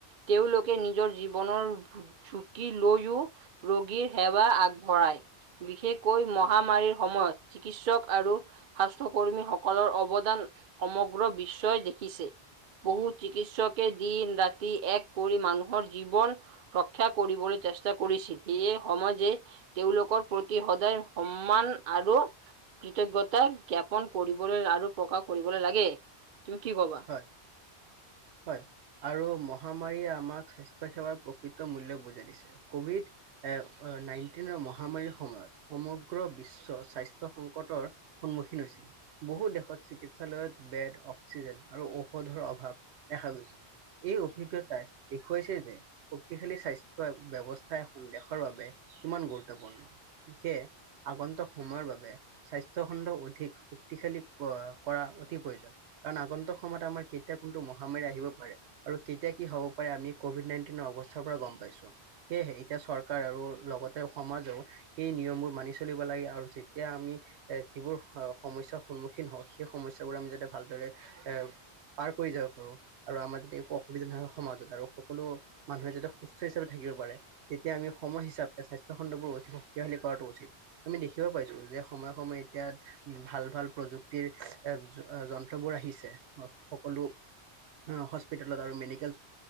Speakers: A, on the right (about 55°); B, on the right (about 75°).
A: তেওঁলোকে নিজৰ জীৱনৰ ঝুকি লৈও ৰোগীৰ সেৱা আগ বঢ়াই, বিশেষকৈ মহামাৰীৰ সময়ত চিকিৎসক আৰু স্বাস্থ্যকৰ্মীসকলৰ অৱদান সমগ্ৰ বিশ্বই দেখিছে। বহু চিকিৎসকে দিন-ৰাতি এক কৰি মানুহৰ জীৱন ৰক্ষা কৰিবলৈ চেষ্টা কৰিছিল, সেয়ে সমাজে তেওঁলোকৰ প্ৰতি সদায় সন্মান আৰু কৃতজ্ঞতা জ্ঞাপন কৰিবলৈ আৰু প্ৰকাশ কৰিবলৈ লাগে। তুমি কি ক'বা?
B: হয়, হয়। আৰু মহামাৰীয়ে আমাক স্বাস্থ্য সেৱাৰ প্ৰকৃত মূল্য বুজাই দিছে, কভিড এ নাইনটিনৰ মহামাৰীৰ সময়ত সমগ্ৰ বিশ্ব স্বাস্থ্য সংকটৰ সন্মুখীন হৈছিল। বহু দেশত চিকিৎসালয়ত বেড, অক্সিজেন আৰু ঔষধৰ অভাৱ দেখা গৈছে। এই অভিজ্ঞতাই দেখুৱাইছে যে শক্তিশালী স্বাস্থ্য ব্যৱস্থা এখন দেশৰ বাবে কিমান গুৰুত্বপূৰ্ণ, সেয়ে আগন্তক সময়ৰ বাবে স্বাস্থ্য খণ্ড অধিক শক্তিশালী কৰা অতি প্ৰয়োজনীয়। কাৰণ, আগন্তক সময়ত আমাৰ কেতিয়া কোনটো মহামাৰী আহিব পাৰে। আৰু তেতিয়া কি হ'ব পাৰে আমি ক'ভিড নাইণ্টিনৰ অৱস্থাৰ পৰা গ'ম পাইছো। সেয়েহে এতিয়া চৰকাৰ আৰু লগতে সমাজেও সেই নিয়মবোৰ মানি চলিব লাগে আৰু যেতিয়া আমি এ যিবোৰ সমস্যাৰ সন্মুখীন হওঁ, সেই সমস্যাবোৰ আমি যাতে ভালদৰে এ পাৰ কৰি যাব পাৰো। আৰু আমাৰ যাতে একো অসুবিধা নহয় সমাজত আৰু সকলো মানুহে যাতে সুস্থ হিচাপে থাকিব পাৰে। তেতিয়া আমি সময় হিচাপে স্বাস্থ্য খণ্ডবোৰ অতি শক্তিশালী কৰাটো উচিত। আমি দেখিব পাইছো যে, সময়ে সময়ে এতিয়া ভাল ভাল প্ৰযুক্তিৰ যন্ত্ৰবোৰ আহিছে সকলো অ', হস্পিতালত আৰু মেডিকেল